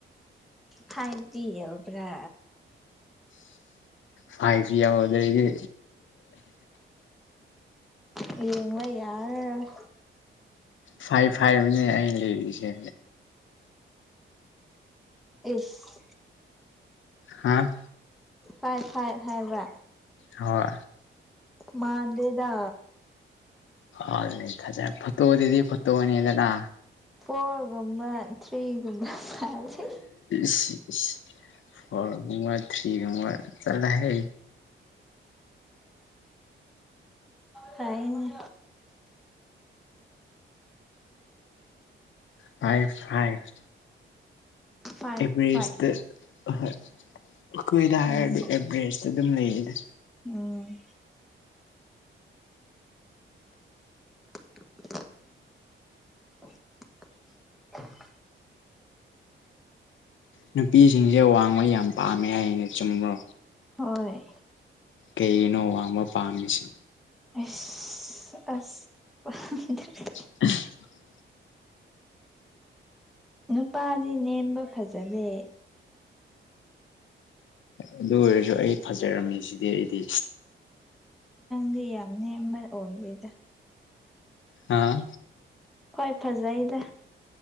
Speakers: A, in the centre; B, on the left.
A: ꯐꯥꯏꯗꯤ ꯌꯧꯕ꯭ꯔꯥ
B: ꯐꯥꯏꯚ ꯌꯧꯗꯔꯗꯤ
A: ꯍꯌ‌ꯦꯡꯋꯥꯏ ꯌꯥꯔꯔꫭꯏ
B: ꯐꯥꯏꯚ ꯐꯥꯏꯅꯦ ꯑꯩ ꯂꯩꯔꯤꯁꯦ
A: ꯏꯁ
B: ꯍꯥꯥ
A: ꯐꯥꯏꯚ ꯐꯥꯏꯚ ꯍꯥꯏꯕ
B: ꯍꯣꯏ
A: ꯃꯥꯗꯦꯗ
B: ꯑ ꯊꯖꯦ ꯐꯣꯇꯣꯗꯨꯗꯤ ꯐꯣꯇꯣꯅꯤꯗꯅ
A: ꯐꯣꯔꯒꯨꯝꯕ ꯊ꯭ꯔꯤꯒꯨꯝꯕ ꯃꯥꯜꯂꯦ
B: <unintelligible> ꯐꯣꯔꯒꯨꯝꯕ ꯊ꯭ꯔꯤꯒꯨꯝꯕ ꯆꯠꯂꯍꯦ
A: ꯐꯌꯦꯅꯦ
B: ꯐꯥꯏꯚ ꯐꯥꯏꯚ
A: ꯐꯥꯏꯚ
B: ꯑꯦꯚꯔꯦꯖꯇ
A: ꯐꯥꯏꯚ
B: ꯑꯩꯈꯣꯏꯗ ꯍꯥꯏꯔꯗꯤ
A: ꯎꯝ
B: ꯑꯦꯚꯔꯦꯁ ꯑꯗꯨꯝ ꯂꯩꯌꯦ
A: ꯎꯝ <unintelligible>
B: ꯅꯨꯄꯤꯁꯤꯡꯁꯦ ꯋꯥꯡꯃ ꯌꯥꯝ ꯄꯥꯝꯃꯦ ꯍꯥꯏ ꯑꯩꯅ ꯆꯨꯝꯕ꯭ꯔꯣ
A: ꯍꯣꯏ
B: ꯀꯩꯅꯣ ꯋꯥꯡꯕ ꯄꯥꯝꯃꯤꯁꯦ
A: ꯑꯁ ꯑꯁ <unintelligible>
B: <unintelligible>
A: ꯅꯨꯄꯥꯗꯤ ꯅꯦꯝꯕ ꯐꯖꯗꯦ
B: ꯑꯗꯨ ꯑꯣꯏꯔꯁꯨ ꯑꯩ ꯐꯖꯔꯝꯃꯤ ꯁꯤꯗꯤ ꯑꯩꯗꯤ
A: ꯗꯤ ꯌꯥꯝ ꯅꯦꯝꯕ ꯑꯣꯏꯗ‌ꯦꯗ
B: ꯍꯥꯥ
A: ꯍꯣꯏ ꯐꯖꯩꯗ